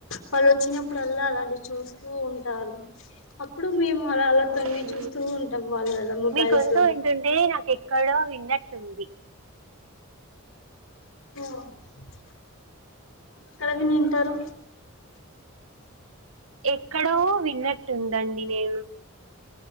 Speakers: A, on the left; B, on the right.
A: వాళ్ళు వచ్చినప్పుడుల్లా అలాంటి చూస్తూ ఉంటారు అప్పుడు మేము అలా అలా
B: మీకు
A: తొంగి చూస్తూ ఉంటాం వాళ్ళ మొబైల్స్
B: మీ గొంతు
A: లో
B: వింటుంటే నాక్ ఎక్ ఎక్కడో విన్నట్టుంది
A: <unintelligible> ఎక్కడ వినింటరు
B: ఎక్కడో విన్నట్టు ఉందండి నేను